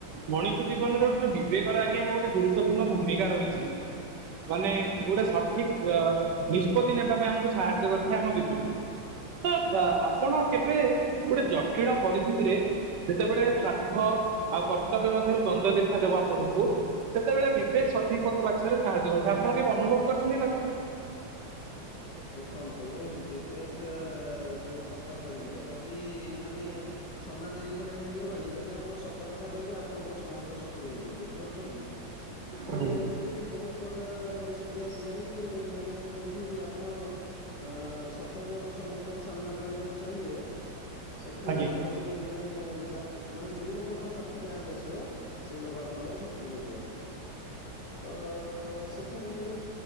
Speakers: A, on the right; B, on the left.
A: ମଣିଷ ଜୀବନରେ ଯୋଉ ବିବେକର ଆଜ୍ଞା ଗୋଟେ ଗୁରୁତ୍ୱପୂର୍ଣ୍ଣ ଭୂମିକା ରହିଛି। ମାନେ ଗୋଟେ ସଠିକ୍ ନିଷ୍ପତ୍ତି ନେବା ପାଇଁ ଆମକୁ ସାହାଯ୍ୟ କରିଥାଏ ଆମ ବିବେକକୁ। ତ ଆପଣ କେବେ ଗୋଟେ ଜଟିଳ ପରିସ୍ଥିତିରେ ଯେତେବେଳେ ଦୁଃଖ ଆଉ କର୍ତ୍ତବ୍ୟ ମଧ୍ୟରେ ଦ୍ୱନ୍ଦ ଦେଖାଦବ ଆପଣଙ୍କୁ ସେତେବେଳେ ବିବେକ ସଠିକ କଥା ବାଛିବାରେ ସାହାଯ୍ୟ କରିଥାଏ। ଆପଣ କେବେ ଅନୁଭବ କରୁଛନ୍ତି ଏକଥା।
B: ଦେଖନ୍ତୁ ବିବେକ ଯୋଉ କଥା କହିଲେ ଯଦି ମାନେ ସମାଜ ଏଇଭଳିଆ ହେଇଗଲାଣି ଯଦି ଆପଣ ସତ ସତ କଥା କହିବେ ଆପଣଙ୍କର ସମସ୍ତେ ଶତ୍ରୁ ହେଇଯିବେ ବୁଝିପାରୁଚନ୍ତି ମାନେ
A: ଆଜ୍ଞା
B: ଏମିତି ଏମିତି ବହୁତ ପ୍ରକାର ପରିସ୍ଥିତି ଆସିଲାଣି ମାନେ ଯୋଉଠି ଆପଣ ଅ ସତ କୁ ସମସ୍ତଙ୍କ ସାମ୍ନାକୁ ଆଣିବାକୁ ଚାହିଁବେ ସେଠି
A: ଆଜ୍ଞା।
B: ଆପଣ କୁ ମାନେ ଯା ମାନେ ଯୋଉ ଲୋକର ସ୍ଵାର୍ଥରେ ଆଁଚ ଆସିବ ସେଇ ଲୋକ ଆପଣଙ୍କର ଶତ୍ରୁ ହେଇଯିବ। ତ ସେଥିପାଇଁ ବି